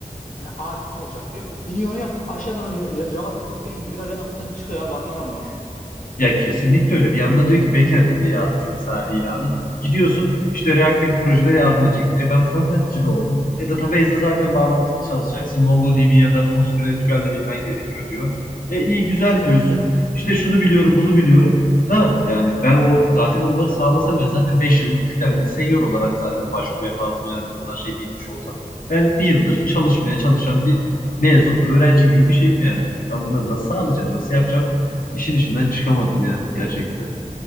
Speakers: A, on the left; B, on the left.
A: e, hakim olacak diyor. İniyor ya aşağıdan J- JavaScript'ten giriyor, React'ten çıkıyor abi anlamadım yani.
B: Ya kesinlikle öyle. Bir yanda diyor ki backend diye yazmış mesela ilanı. Gidiyorsun işte React'teki projelere yardım edecek. E ben frontendçi de oldum. E database'de zaten bağlantılı çalışacaksın. MongoDB ya da PostgreSQL'de bilmen gerekiyor diyor. E iyi güzel
A: <laughs>
B: diyorsun. İşte şunu biliyorum bunu biliyorum. Da yani ben o zaten onları sağlasam ben zaten 5 yıllık kıdemli senior olarak zaten başvuru yapardım yani o kadar şey bilmiş olsam. Ben bir yıldır çalışmaya çalışan bir mezun öğrenci gibi bir şeyim yani. Ben bunları nasıl sağlayacağım, nasıl yapacağım? işin içinden çıkamadım ya gerçekten.